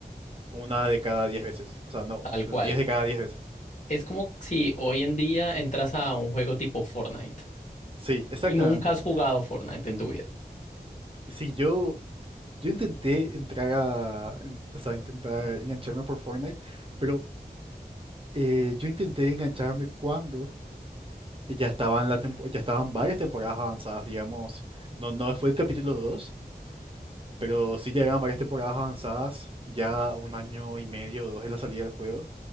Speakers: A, on the right; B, on the left.
A: una de cada diez veces. O sea, no,
B: tal
A: diez
B: cual.
A: de cada diez veces.
B: Es como si hoy en día entras a un juego tipo Fortnite
A: Sí, exactamente.
B: y nunca has jugado Fortnite en tu vida.
A: Sí, yo, yo intenté entrar a, en- o sea, intentar engancharme por Fortnite, pero eh, yo intenté engancharme cuando Y Ya estaban, la tempo- ya estaban varias temporadas avanzadas, digamos. No, no fue el capítulo dos pero sí llegaban varias temporadas avanzadas, ya un año y medio o dos de la salida del juego.